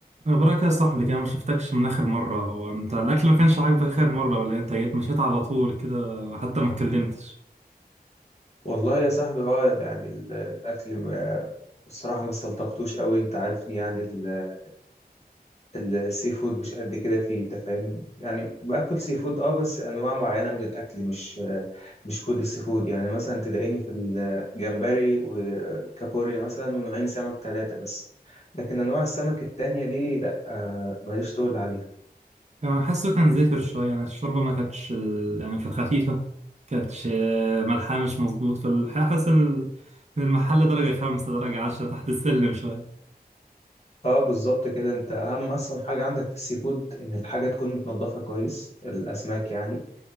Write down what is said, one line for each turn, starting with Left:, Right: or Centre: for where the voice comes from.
Right: مبروك يا صاحبي كده ما شفتكش من اخر مره هو انت الاكل ما كانش عاجبك اخر مره ولا إيه؟ انت جيت مشيت على طول كده حتى ما اتكلمتش
Left: والله يا صاحبي اه يعني ال- الاكل ما- الصراحه ما استلطفتوش قوي انت عارفني يعني ال- ال- السي فود مش قد كده فيه انت فاهمني يعني باكل سي فود اه بس انواع معينه من الاكل مش مش كل السي فود يعني مثلا تلاقيني في الجمبري وكابوريا مثلا ونوعين سمك ثلاثه بس لكن انواع السمك التانية دي لا آه، ماليش طول عليها
Right: كان حاسه كان زفر شويه يعني الشوربه ما كانتش ال... يعني كانت خفيفه كانتش آه، ملحها مش مظبوط فحاسس ال... إن المحل درجه خمسة درجه عشرة تحت السلم شويه
Left: اه بالظبط كده انت اهم اصلا حاجه عندك في السي فود ان الحاجه تكون متنضفه كويس الاسماك يعني